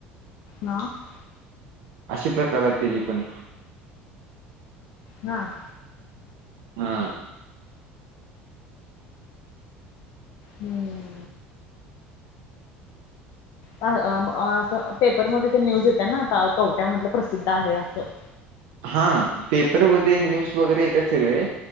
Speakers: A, on the left (about 60°); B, on the right (about 65°).
A: हॅलो <unintelligible>
B: आशे प्रकार आहेत त्याजे पण.
A: हां.
B: हा.
A: हम्म <unintelligible> अ अस पेपरमध्ये ते न्यूज येते ना आता. कवट्यामधलं प्रसिद्ध आहे असं.
B: हा. पेपरमध्ये न्यूज वगैरे येत सगळे.